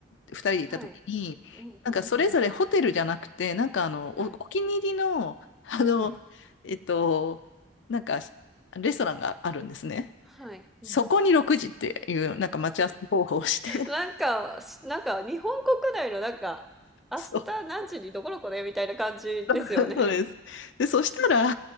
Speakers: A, on the left; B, in the centre.
A: 2人でいた時に、
B: <laughs> はい。うんうんうん。
A: なんかそれぞれホテルじゃなくて、なんかあの、
B: はい。
A: お、お気に入りの、あの、
B: はい。
A: えっと、なんかレストランがあるんですね。
B: はい。
A: そこに6時っていう、
B: うん。
A: なんか待ち合わせ方法をして、<laughs>
B: なんか、しなんか日本国内のなんか、明日何時にどこどこねみたいな感じですよね。
A: そう、<laughs> そうです。で、そしたら、